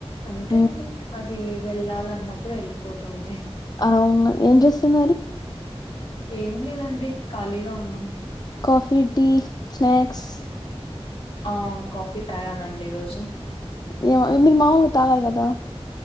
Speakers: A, on the left; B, on the left.
A: అంతే
B: ఉమ్,
A: అండి అదీ వెళ్ళాలన్నప్పుడే ఎళ్పోతుంది
B: ఆవును ఏం జేస్సున్నారు
A: ఏం లేదండి ఖాళీగ ఉన్నం
B: కాఫీ టీ స్నాక్స్
A: ఆ కాఫీ తాగానండి ఈరోజు
B: ఏమో మీరు మామూలుగా తాగరు కదా